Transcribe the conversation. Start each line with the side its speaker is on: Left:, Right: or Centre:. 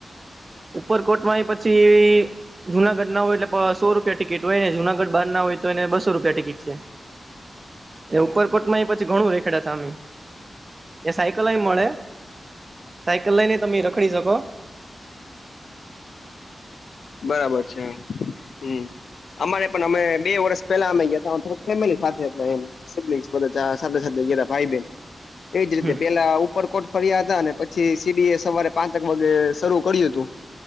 Right: ઉપર પોચવા આઇએ પછી જુનાગઢ ના હોય એટલે સો રૂપિયા ટિકિટ હોય ને જુનાગઢ બાર ના હોય તો એને બસો રૂપિયા ટિકિટ છે. એ <unintelligible> માં એ પછી ઘણું રેખડા અમે એ સાયકલ લઈ મળે સાયકલ લઈને તમે રખડી શક. <inaudible>
Left: બરાબર છે હમ અમારે પણ અમે બે વર્ષ પેલા અમે ગયા હતાોક ફેમિલી સાથે હતા એમ <unintelligible> બધા સાથે સાથે ગ ભાઈ બેન એજ રીતે
Right: હમ
Left: પેલા આવું ઉપર કોર્ટ ફર્યા હતા અને પછી સીડી એ સવારે પાંચક વાગે શરૂ કર્યું હતું